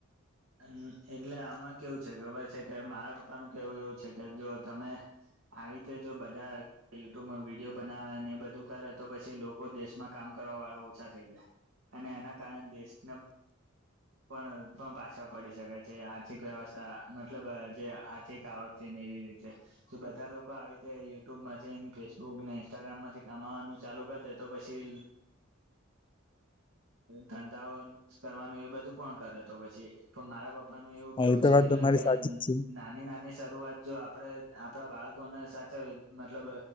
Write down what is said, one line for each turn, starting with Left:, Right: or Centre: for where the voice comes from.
Right: હમ્મ એટલે આમાં કેવું છે, ખબર છે, કે મારા પપ્પાનું કેવું એવું છે. કે જો તમે આવી રીતે, જો બધા યુટ્યુબમા, વિડીિયો બનાવેને એ બધું કરે તો પછી લોકો દેશમા કામ કરવા વાળા ઓછા થઈ, ગયા. અને એના, કારણે દેશને પણ પણ પાછા પડી શકે છે, આર્થિક વ્યવસ્થા મતલબ જે આર્થિક આવક છેને, એવી રીતે બધા લોકો આવી રીતે યુટ્યુબ માંથી, ફેસબુક ને, ઇન્સ્ટાગ્રામ માંથી કમાવાનું ચાલુ કરી દે તો પછી ધંધાઓ કરવાનુ, એ બધું કોણ કરે તો પછી પણ મારા પપ્પાનું એવું
Left: હા
Right: કેવું
Left: એ તો
Right: છે,
Left: વાત
Right: એટલે
Left: તમારી
Right: કે
Left: સાચી જ
Right: નાની નાની શરૂઆત જો આપણે આપડા બાળકોને, સાચા મતલબ